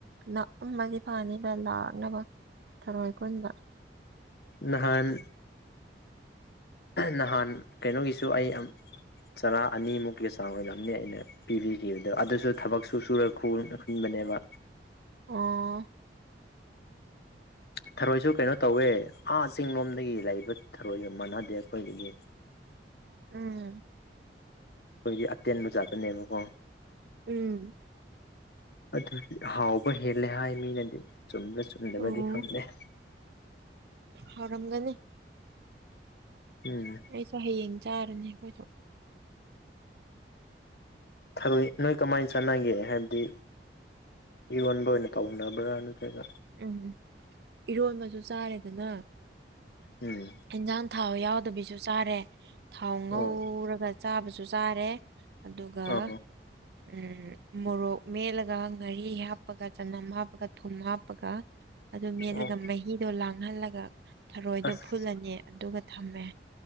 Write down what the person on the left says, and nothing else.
ꯅꯍꯥꯟ ꯅꯍꯥꯟ ꯀꯩꯅꯣꯒꯤꯁꯨ ꯑꯩ ꯌꯥꯝ ꯆꯔꯥ ꯑꯅꯤꯃꯨꯛꯀꯤ ꯆꯥꯡ ꯑꯣꯏꯔꯝꯅꯤ ꯑꯩꯅ ꯄꯤꯕꯤꯈꯤꯕꯗꯣ ꯑꯗꯨꯁꯨ ꯊꯕꯛꯁꯨ ꯁꯨꯔ ꯈꯨ ꯈꯨꯟꯕꯅꯦꯕ
ꯊꯔꯣꯏꯁꯨ ꯀꯩꯅꯣ ꯇꯧꯋꯦ ꯑꯥ ꯆꯤꯡ ꯂꯣꯝꯗꯒꯤ ꯂꯩꯕ ꯊꯔꯣꯏꯒ ꯃꯥꯟꯅꯗꯦ ꯑꯩꯈꯣꯏꯒꯤꯗꯤ
ꯑꯩꯈꯣꯏꯒꯤ ꯑꯇꯦꯟꯕ ꯖꯥꯠꯇꯅꯦꯕꯀꯣ
ꯑꯗꯨꯗꯤ ꯍꯥꯎꯕ ꯍꯦꯜꯂꯦ ꯍꯥꯏ ꯃꯤꯅꯗꯤ ꯆꯨꯝꯕ꯭ꯔꯥ ꯆꯨꯝꯗꯕ꯭ꯔꯥꯗꯤ
ꯈꯪꯗꯦ
ꯎꯝ
ꯊꯔꯣꯏ ꯅꯣꯏ ꯀꯃꯥꯏꯅ ꯆꯥꯟꯅꯒꯦ ꯍꯥꯏꯕꯗꯤ ꯏꯔꯣꯟꯕ ꯑꯣꯢꯅ ꯇꯧꯔꯅꯕ꯭ꯔꯥ ꯅꯠꯇ꯭ꯔꯒ
ꯎꯝ
ꯑꯣ
ꯑꯣ
ꯑꯣ
ꯑꯁ